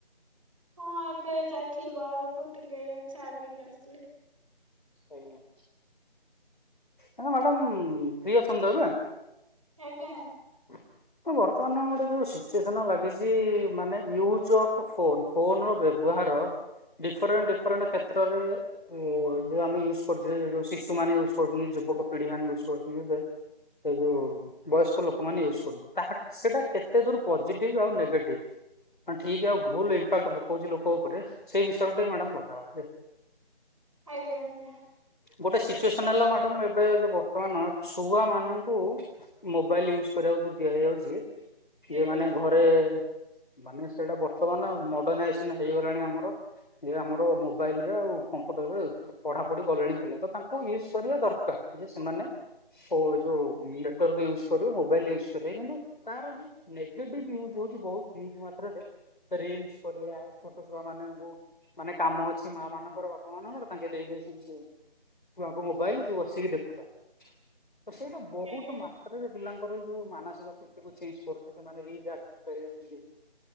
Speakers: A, on the right; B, on the left.
A: ହଁ, ଏବେ ଯାଇଥିଲି ବାହାରକୁ ଟିକେ ଚା' ପିଇକି ଆସିଲି।
B: ଆଜ୍ଞା, ଆଜ୍ଞା ମ୍ୟାଡ଼ାମ୍ ଫ୍ରି ଅଛନ୍ତି ତ ଏବେ?
A: ଆଜ୍ଞା।
B: ହଁ ବର୍ତ୍ତମାନ ଗୋଟେ ଯୋଉ ସିଚୁଏସନ୍ ଲାଗିଛି, ମାନେ ୟୁଜ୍ ଅଫ୍ ଫୋନ୍। ଫୋନ୍ ର ବ୍ୟବହାର, ଡିଫରେଣ୍ଟ ଡିଫରେଣ୍ଟ କ୍ଷେତ୍ରରେ-ଏ ଯଉ ଆମେ ଯୁଜ୍ କରୁଛେ, ଯଉ ଶିଶୁମାନେ ୟୁଜ୍ କରୁଛନ୍ତି, ଯୁବକ ପିଢି ମାନେ ୟୁଜ୍ କରୁଛ ଏବେ। ଏ ଯଉ ବୟସ୍କ ଲୋକମାନେ ୟୁଜ୍ କରୁନି, ତାହା ସେଟା କେତେ ଦୂର୍ ପଜିଟିଭ୍ ଆଉ ନେଗେଟିଭ୍? ଠିକ୍ ଆଉ ଭୁଲ୍ ଇମ୍ପାକ୍ଟ ପକଉଚଛି ଲୋକ ଉପରେ। ସେଇ ବିଷୟରେ ଟେ ମ୍ୟାଡାମ୍ କଥା ହବା। ଯେ
A: ଆଜ୍ଞା, ଆଜ୍ଞା।
B: ଗୋଟେ ସିଚୁଏସନ୍ ହେଲା ମ୍ୟାଡମ୍ ଏବେ ବର୍ତ୍ତମାନ, ଛୁଆ ମାନଙ୍କୁ ମୋବାଇଲ୍ ୟୁଜ୍ କରିବାକୁ ଯଉ, ଦିଆ ହେଇଯାଉଛି। ଯେମାନେ
A: ଆଜ୍ଞା
B: ଘରେ-ଏ ମାନେ ସେଇଟା ବର୍ତ୍ତମାନ ମଡ଼ର୍ଣାଇଏସନ୍ ହେଇଗଲାଣି ଆମର। ଇଏ ଆମର, ମୋବାଇଲର, ଆଉ କମ୍ପୁଟରର ଆଉ। ପଢାପଢି କଲେଣି ପିଲା। ତ ତାଙ୍କୁ ୟୁସ୍ କରିବା ଦରକାର। ଯେ ସେମାନେ ହୋ, ଯୋଉ ନେଟୱାର୍କ ୟୁସ୍ କରିବେ, ମୋବାଇଲ୍ ୟୁସ୍ କରିବେ କିନ୍ତୁ ତାର ଯଉ ନେଗେଟିଭ ୟୁଜ୍ ହଉଛି ବହୁତ। <unintelligible> ମାତ୍ରାରେ ରିଲ୍ସ କରିଆ, ଛୋଟ ଛୋଆ ମାନଙ୍କୁ ମାନେ କାମ ଅଛି, ମାଁ ମାନଙ୍କର, ବାପା ମାନଙ୍କର ତାଙ୍କେ ଦେଇଦିଅଛନ୍ତି ଯେ ଛୁଆଙ୍କୁ ମୋବାଇଲ୍ ତୁ ବସିକି ଦେଖୁଥା। ତ ସେଇଟା ବହୁତ
A: ଆଜ୍ଞା
B: ମା ତ୍ରାରେ ପିଲାଙ୍କର ଯୋଉ ମାନସିକ ସ୍ଥିତିକୁ ଚେଞ୍ଜ କରୁଛି, ସେମାନେ ବି ଯା କରିଯାଉଛନ୍ତି।